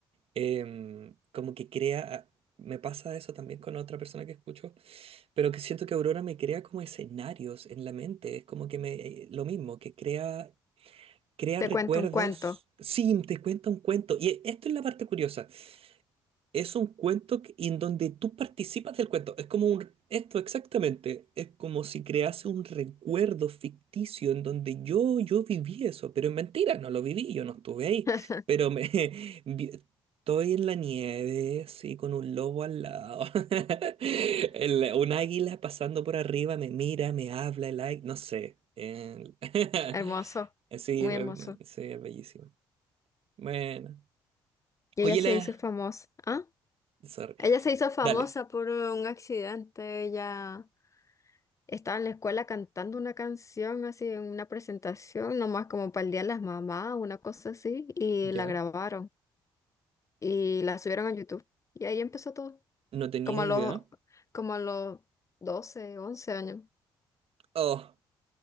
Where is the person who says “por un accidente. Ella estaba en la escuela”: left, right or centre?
Left